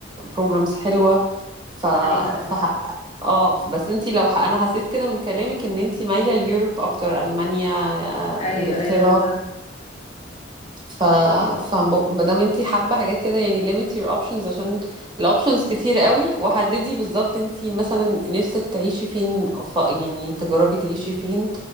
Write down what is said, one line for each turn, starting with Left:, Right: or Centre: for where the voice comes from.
Right: programs حلوة ف
Left: ايوه ايوه
Right: ف اه بس انتي لو ح... انا حسيت كده من كلامك ان انتي مايلة ليوروب اكتر المانيا آه،
Left: ايوه
Right: انجلترا
Left: ايوه بالظبط
Right: ف ف ما دام انت حابه حاجات كده يعني limit your options عشان الاوبشنز كتير قوي وحددي بالظبط انت مثلا نفسك تعيشي فين ف... يعني تجربي تعيشي فين